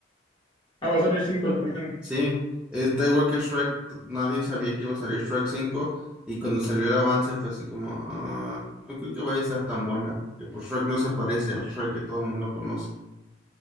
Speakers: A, on the left; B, in the centre.
A: Ah, va a salir cinco también.
B: Sí, es, da igual que Shrek, nadie sabía que iba a salir Shrek 5 y cuando salió el avance fue así como, "Ah, no creo que vaya a estar tan buena porque pues Shrek no se parece al Shrek que todo el mundo conoce.